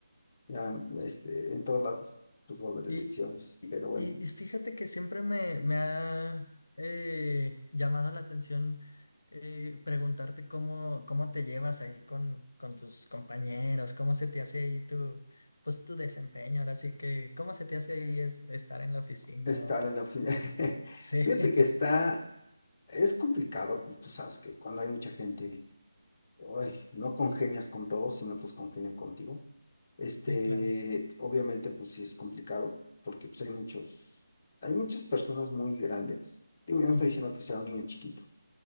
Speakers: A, on the left (about 30°); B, on the left (about 65°).
A: Ya,
B: sí.
A: este, en todos lados, pues va a haber
B: Y,
A: elecciones.
B: y,
A: Pero bueno,
B: y- y fíjate que siempre me, me ha eh, llamado la atención eh, preguntarte cómo, cómo te llevas ahí con, con tus compañeros, cómo se te hace ahí tu, pues, tu desempeño. Ahora sí que, cómo se te hace ahí es, estar en la oficina.
A: estar
B: o-
A: en la fila. <laughs>
B: Sí,
A: Fíjate que
B: <laughs>
A: está, es complicado, pues tú sabes que cuando hay mucha gente, uy, no congenias con todos, sino pues congenian contigo. Este,
B: sí, claro.
A: obviamente, pues sí es complicado, porque pues hay muchos, hay muchas personas muy grandes. Digo, yo no
B: Ujú,
A: estoy diciendo que sea un niño chiquito,